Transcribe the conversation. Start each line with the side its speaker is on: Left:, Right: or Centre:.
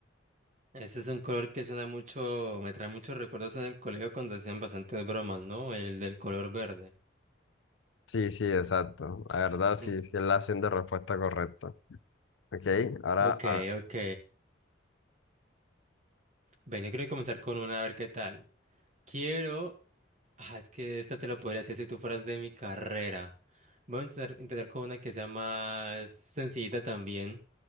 Right: Ese es un color que suena mucho, me trae muchos recuerdos en el colegio cuando hacían bastantes bromas, ¿no? El del color verde.
Left: Sí, sí, exacto.
Right: <laughs>
Left: La verdad, sí, sí es la opción de respuesta correcta. Ok, ahora,
Right: Ok,
Left: ah,
Right: ok. Ven, yo quiero comenzar con una a ver qué tal. Quiero... Ah, es que esta te lo podría hacer si tú fueras de mi carrera. Voy a intentar, intentar con una que sea más sencillita también,